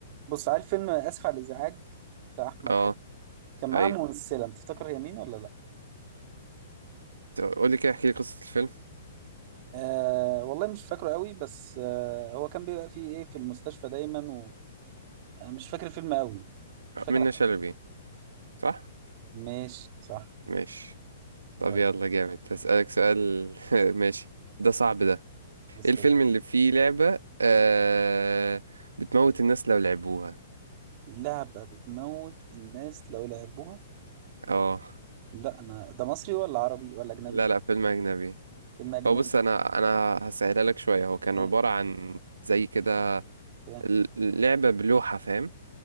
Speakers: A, on the right (about 45°); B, on the right (about 85°).
A: بص عارف فيلم آسف على الإزعاج بتاع أحمد
B: اه
A: حلمي كان معاه
B: ايوه
A: ممثلة بتفتكر هي مين ولا لأ؟
B: قول لي كده احكي لي قصه الفيلم
A: آه والله مش فاكره قوي بس آه هو كان بيبقى فيه إيه في المستشفى دايما ومش فاكر الفيلم قوي مش
B: آه،
A: فاكر
B: منة شلبي صح
A: ماشي صح
B: ماشي طب
A: طيب
B: يلا جامد هسألك سؤال
A: يس-
B: <laughs> ماشي ده صعب ده
A: يستر
B: ايه الفيلم اللي فيه لعبة آه... بتموت الناس لو لعبوها
A: لعبة بتموت الناس لو لعبوها
B: اه
A: لا أنا ده مصري ولا عربي ولا أجنبي؟
B: لا لا فيلم أجنبي
A: فيلم أجنبي
B: هو بص أنا أنا هسهلها لك شوية هو كان
A: إيه؟
B: عبارة عن زي كده
A: إيه؟
B: ال- لعبة بلوحة فاهم